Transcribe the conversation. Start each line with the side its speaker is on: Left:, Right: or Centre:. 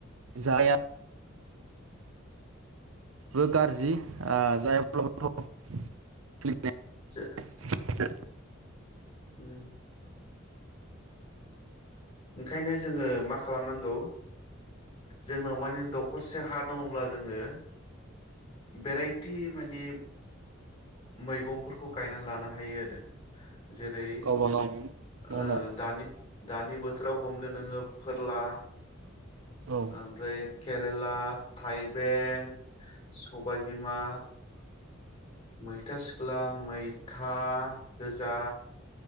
Right: जाया बो गाज्रि ओ जायाब्लाबोथ' <unintelligible>
Left: जो उम ओंखायनो जोङो मा खालामनांगौ जोंनाव माने दखरसे हा दङब्ला जोङो भेराइटि माने मैगंफोरखौ गायनानै लानो हायो आरो जेरै
Right: गावबा गाव न'
Left: ओ
Right: न'
Left: दानि दानि बोथोराव हमदो नोङो फोरला
Right: औ
Left: ओमफ्राय केरेला थाइबें सबायबिमा मैथा सिख्ला मैथा गोजा